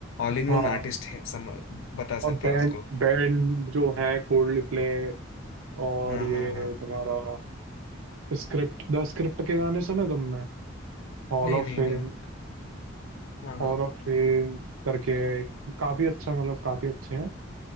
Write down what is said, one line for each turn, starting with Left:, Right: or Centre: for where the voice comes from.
Left: ऑल इन
Right: हाँ
Left: वन आर्टिस्ट है सम बता
Right: और
Left: सकते
Right: बैंड
Left: हो उसको
Right: बैंड जो है कोल्ड प्ले और
Left: हाँ
Right: ये
Left: हाँ हाँ
Right: तुम्हारा स्क्रिप्ट द स्क्रिप्ट के गाने सुने तुमने Hall
Left: नहीं
Right: of
Left: नहीं
Right: fame
Left: नहीं हाँ हाँ
Right: hall of fame करके एक- काफी अच्छा मतलब काफी अच्छे हैं